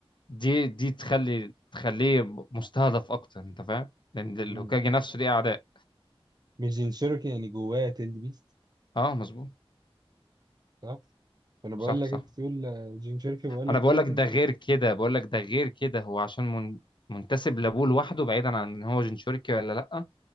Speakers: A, on the left (about 50°); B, on the right (about 40°).
A: دي دي تخلي تخليه مستهدف اكتر انت فاهم لان الهوكاجي
B: مم.
A: نفسه ليه اعداء
B: مش جين شيركي يعني جواه تيلد بيست
A: اه مظبوط
B: صح فانا بقول
A: صح
B: لك
A: صح
B: انت تقول آه، جين شيركي بقول
A: انا
B: لك جواه
A: بقول لك
B: تيلد
A: ده غير
B: بيست
A: كده بقول لك ده غير كده هو عشان من منتسب لابوه لوحده بعيدا عن ان هو جنشوريكي ولا لا